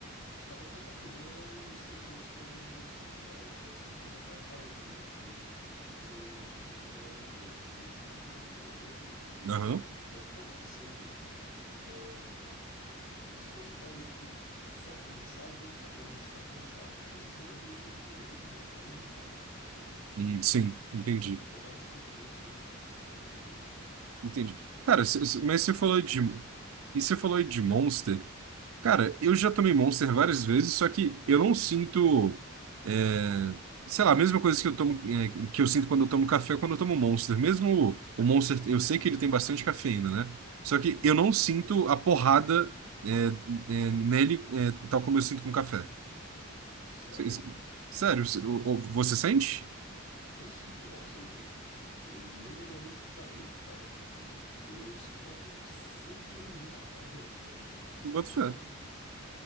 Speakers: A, on the left (about 75°); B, on the right (about 80°).
A: acaba que a cafeína ela é um estressor do sistema nervoso central, né? Assim como a taurina, tipo, você você toma um energético, um Monsterzão, por exemplo, um
B: Aham.
A: qual- qualquer que seja. É, se você tava, tipo, só cansado, agora você tá cansado, você tá levemente ansioso e você tá irritado, sacou?
B: Hum, Sim,
A: Tipo,
B: entendi.
A: ou mais propenso à irritação, melhor dizendo.
B: Entendi.
A: É,
B: Cara, se- se-
A: e algumas
B: mas você falou
A: outras coisas.
B: de. E você falou de Monster. Cara, eu já tomei Monster várias vezes, só que eu não sinto. é, sei lá, a mesma coisa que eu tomo, é, que eu sinto quando eu tomo café, ou quando eu tomo Monster. Mesmo o, o Monster, eu sei que ele tem bastante cafeína, né? Só que eu não sinto
A: Tem.
B: a porrada, é, é, nele, é, tal como eu sinto com café.
A: Sério?
B: Se- se- Sério, se- o- o- você sente?
A: Eu sinto, nossa, eu Eu mando energético pra dentro, cara. Eu, eu sinto aquele soco de energia na cara, <laughs> sabe?
B: Eu boto
A: É
B: fé.
A: tipo,